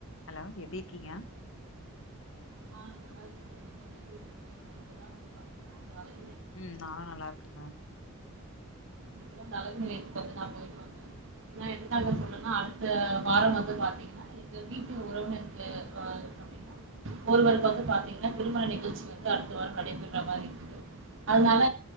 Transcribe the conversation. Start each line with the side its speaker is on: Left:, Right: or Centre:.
Left: Hello எப்டி இருக்கீங்க
Right: ஆ நல்லா இருக்க தோழி நீங்க எப்டி இருக்கீங்க நா இப்பதான் வந்து பாத்தீங்கன்னா <unintelligible>
Left: ம் நானும் நல்லா இருக்கங்க
Right: இப்பதான் அந்த அலகு நிலயத்துக்கு வந்து நான் போயிட்டுவந்த ஏன்னா எதுக்காக சொல்லறன்னா அடுத்த வார வந்து பாத்தீங்கன்னா எங்க வீட்டு உறவினர்கள் வ பாத்தீங்கன்னா ஒருவருக்கு வந்து பாத்தீங்கன்னா திருமண நிகழ்ச்சி வந்து அடுத்த வாரம் நடைபெற மாரி இருக்குது அதனால